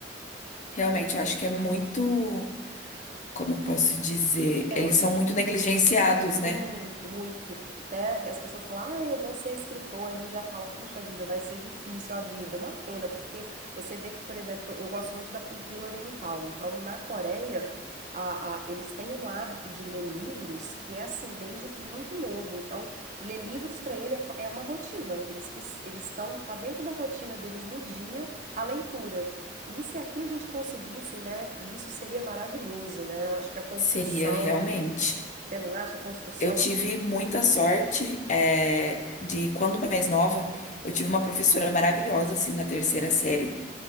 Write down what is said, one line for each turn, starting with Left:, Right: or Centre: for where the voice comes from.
Left: Realmente, eu acho que é muito, como eu posso dizer,
Right: É
Left: eles
Right: muito.
Left: são muito negligenciados,
Right: Muito,
Left: né?
Right: muito. Até as pessoas falam, ah, eu vou ser escritor. E a gente já fala, puxa vida, vai ser difícil a vida. Uma pena, porque você vê que, por exemplo, eu gosto muito da cultura oriental. Então, na Coreia, a- a- eles têm um hábito de ler livros que é assim, desde muito novo. Então, ler livros para ele é, co- é uma rotina. Eles preci- eles estão, tá dentro da rotina deles no dia a leitura. E se aqui a gente conseguisse, né? Isso seria maravilhoso, né? Eu Acho que a construção.
Left: Seria realmente.
Right: Você não acha? A construção,
Left: Eu tive
Right: assim,
Left: muita sorte, é, de quando mais nova, eu tive uma professora maravilhosa, assim, na terceira série,